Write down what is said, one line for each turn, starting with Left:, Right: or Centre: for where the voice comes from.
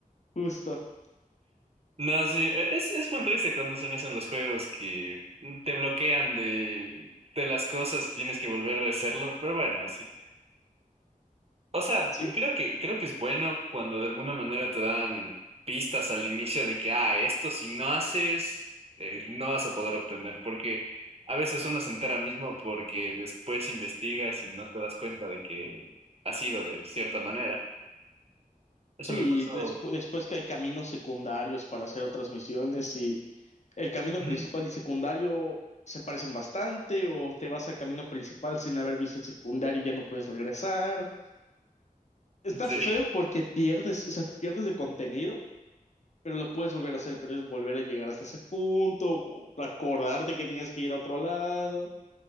Left: justo.
Right: No, sí, e- es, es muy triste cuando hacen eso en los juegos, que te bloquean de, de las cosas, tienes que volver a hacerlo, pero bueno, así. O sea,
Left: Sí,
Right: creo que, creo que es bueno cuando de alguna manera te dan pistas al inicio de que, ah, esto si no haces, eh, no vas a poder obtener, porque a veces uno se entera mismo porque después investigas y no te das cuenta de que ha sido de cierta manera. Eso
Left: sí,
Right: me pasó.
Left: y despu- después que hay caminos secundarios para hacer otras misiones y el camino
Right: Ujú.
Left: principal y secundario se parecen bastante o te vas al camino principal sin haber visto el secundario y ya no puedes regresar. Está
Right: Sí,
Left: feo porque pierdes, o sea, te pierdes de contenido pero lo puedes volver a hacer, pero es volver a llegar hasta ese punto, acordarte que tienes que ir a otro lado,